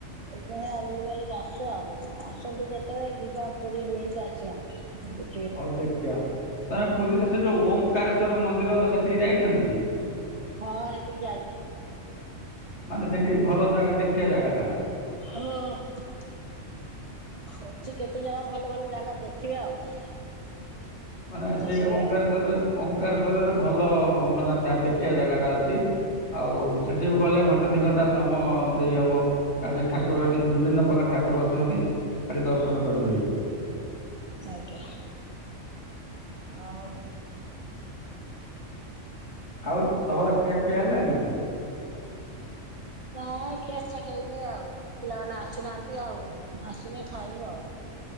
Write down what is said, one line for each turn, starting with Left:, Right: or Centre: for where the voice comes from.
Right: ଏଇଖିଣା ବୁଲିବାଲି‌ କି ଆସୁଚୁ ଆଉ। ଆସନ୍ତୁ କେତେବେଳେ ଯିବା ପୁରୀ ବୁଲିକି ଆସିବା। ହ
Left: ହଉ ଦେଖିବା ତମେ ପୁରୀରେ ସେ ଯୋଉ ଓଙ୍କାରଶ୍ୱର ମନ୍ଦିର ସେଠି ଯାଇଚନ୍ତି?
Right: ହଁ ସେଠିକି ଯାଇଛି।
Left: ମାନେ ସେଠି ଭଲ ଜାଗା ଦେଖିବା ଜାଗାଟା।
Right: ହ୍ୟାଲୋ। ଅଛି କେତେ ଜାଗା ଭଲ ଭଲ ଜାଗା ଦେଖିବେ ଆଉ।
Left: ମାନେ ସେ
Right: ଆସିଲେ
Left: ଓମଙ୍କାରଶ୍ୱରରେ
Right: ଆଉ।
Left: ଓଙ୍କାରଶ୍ଵରରେ ଭଲ ମାନେ ଠା ଦେଖିବା ଜାଗାଟା ଅଛି। ଆଉ ସେଠି ବି ଗଲେ ଘ ଣ୍ଟା ଦି ଘଣ୍ଟା ସମୟ ଦେଇ ହବ କାରଣ ସେ ଠାକୁର
Right: ହୁଁ
Left: ଏଠି ବିଭିନ୍ନ ପ୍ରକାର ଠାକୁର ଅଛନ୍ତି। ସେଠି ଦର୍ଶନ କରିହୁଏ।
Right: ଆଜ୍ଞା। ଆଉ?
Left: ଆଉ ତମର ଖିଆପିଆ ହେଲାଣି?
Right: ନା ଖିଆପିଆ ହେଇନି ଆଉ। ପିଲାମାନେ ଆସିନାହାନ୍ତି ଆଉ ଆସିନି ଖାଇନୁ ଆଉ।